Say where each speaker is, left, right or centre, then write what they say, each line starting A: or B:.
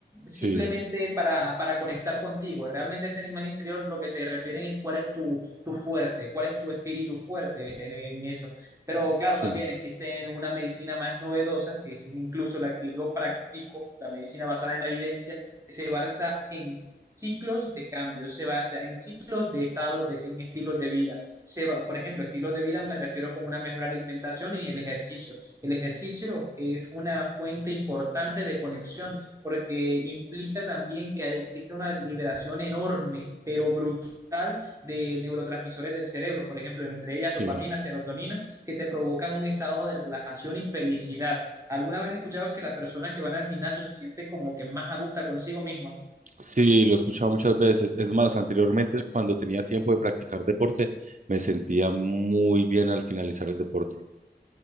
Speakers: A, on the right; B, on the right.
A: simplemente
B: sí,
A: para, para, conectar contigo. Realmente ese animal interior lo que se refieren es cuál es tu, tu fuerte, cuál es tu espíritu fuerte en, en, eso. Pero claro,
B: sí,
A: también existe una medicina más novedosa, que es incluso la que yo practico, la medicina basada en la evidencia, que se basa en ciclos de cambio, se basa en ciclos de estados, de, en estilos de vida se va, por ejemplo, estilo de vida me refiero con una mejor alimentación y el ejercicio. El ejercicio es una fuente importante de conexión porque implica también que existe una liberación enorme, pero brutal de neurotransmisores del cerebro, por ejemplo, entre ellas
B: sí.
A: dopamina, serotonina, que te provocan un estado de relajación y felicidad. ¿Alguna vez has escuchado que las personas que van al gimnasio se sienten como que más a gusto consigo mismas?
B: Sí, lo he escuchado muchas veces. Es más, anteriormente, cuando tenía tiempo de practicar deporte, me sentía muy bien al finalizar el deporte.